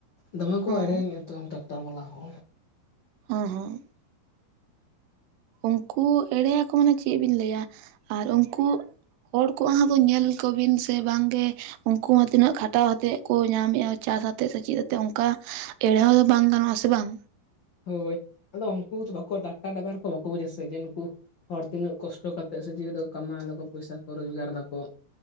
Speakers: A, on the left (about 65°); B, on the right (about 85°).
A: ᱫᱚᱢᱮ ᱠᱚ
B: ᱦᱚᱸ
A: ᱮᱲᱮᱭᱱᱤᱡ ᱟ ᱛᱚ ᱴᱨᱟᱠᱴᱟᱨ ᱵᱟᱞᱟ ᱦᱚ
B: ᱦᱮᱸ ᱦᱮᱸ ᱩᱱᱠᱩ ᱮᱲᱮᱭᱟᱠᱚᱼᱼ ᱢᱟᱱᱮ ᱪᱮᱫ ᱵᱤᱱ ᱞᱟᱹᱭᱟ ᱟᱨ ᱩᱱᱠᱩ ᱦᱚᱲ ᱠᱚᱣᱟᱜ ᱦᱚᱸ ᱧᱮᱞ ᱠᱚᱵᱤᱱ ᱥᱮ ᱵᱟᱝ ᱜᱮ ᱩᱱᱠᱩ ᱦᱚᱸ ᱛᱤᱱᱟᱹᱜ ᱠᱷᱟᱴᱟᱣ ᱟᱛᱮᱜ ᱠᱚ ᱧᱟᱢ ᱮᱫᱟ ᱪᱟᱥ ᱟᱛᱮᱜ ᱥᱮ ᱪᱮᱫ ᱟᱛᱮᱜ ᱚᱱᱠᱟ ᱮᱲᱮ <inaudible> ᱦᱚᱸ ᱫᱚ ᱵᱟᱝ ᱜᱟᱱᱚᱜ ᱟᱥᱮ ᱵᱟᱝ
A: ᱦᱳᱭ ᱟᱫᱚ ᱩᱱᱠᱩ ᱵᱟᱠᱚ ᱴᱟᱠᱴᱟᱨ ᱰᱟᱵᱟᱨ ᱠᱚ ᱵᱟᱠᱚ ᱵᱩᱡ ᱟᱥᱮ ᱡᱮ ᱱᱩᱠᱩ ᱦᱚᱲ ᱛᱤᱱᱟᱹᱜ ᱠᱚᱥᱴᱚ ᱠᱟᱛᱮᱫ ᱥᱮ ᱪᱤᱠᱟᱹ ᱠᱟᱛᱮᱫ ᱠᱚ ᱠᱟᱢᱟᱣ ᱫᱟᱠᱚ ᱯᱚᱭᱥᱟ ᱠᱚ ᱨᱳᱡᱽᱜᱟᱨ ᱫᱟᱠᱚ?